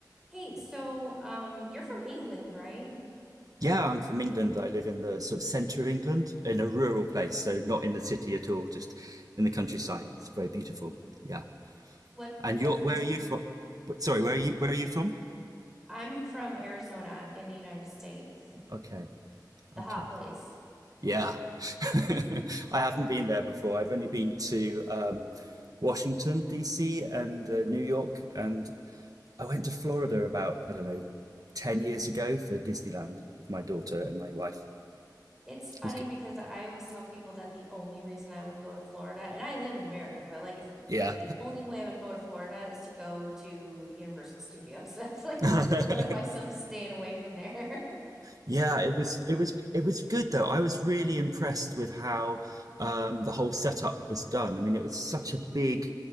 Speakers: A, in the centre; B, on the right.
A: Hey, so um, you're from England, right?
B: Yeah, I'm from England. I live in the sort of centre of England, in a rural place, so not in the city at all, just in the countryside. It's very beautiful. Yeah.
A: What
B: And
A: what's
B: you're, where
A: the t
B: are you from? Sorry, where are you? Where are you from?
A: I'm from Arizona in the United States,
B: Okay.
A: the
B: Okay.
A: hot place.
B: Yeah. <laughs> I haven't been there before. I've only been to um, Washington, D.C., and uh, New York, and I went to Florida about, I don't know, 10 years ago for Disneyland with my daughter and my wife.
A: It's funny
B: It was good.
A: because I always tell people that the only reason I would go to Florida, and I live in America, but like if
B: Yeah.
A: the only way I would go to Florida is to go to Universal Studios. <laughs> That's like
B: <laughs>
A: otherwise I'm staying away from there. <laughs>
B: Yeah, it was it was it was good though. I was really impressed with how um, the whole setup was done. I mean, it was such a big